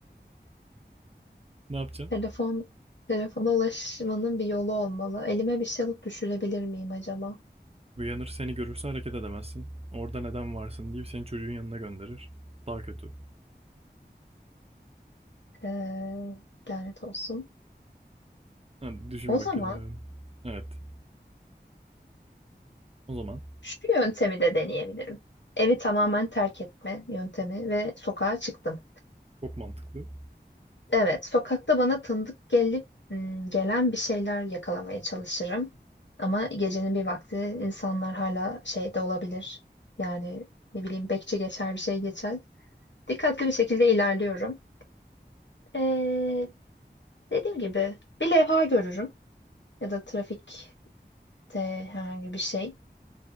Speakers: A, on the right; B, on the left.
A: Ne yapacaksın?
B: Telefon telefona ulaşmanın bir yolu olmalı. Elime bir şey alıp düşürebilir miyim acaba?
A: Uyanır seni görürse hareket edemezsin. Orada neden varsın deyip seni çocuğun yanına gönderir. Daha kötü.
B: Ee, lanet olsun.
A: Hadi düşün
B: O
A: bakalım.
B: zaman
A: Evet. O zaman
B: şu yöntemi de deneyebilirim. Evi tamamen terk etme yöntemi ve sokağa çıktım.
A: çok mantıklı.
B: Evet, sokakta bana tanıdık gelip hmm, gelen bir şeyler yakalamaya çalışırım. Ama gecenin bir vakti insanlar hala şeyde olabilir. Yani ne bileyim bekçi geçer bir şey geçer. Dikkatli bir şekilde ilerliyorum. Ee, dediğim gibi bir levha görürüm ya da trafikte herhangi bir şey.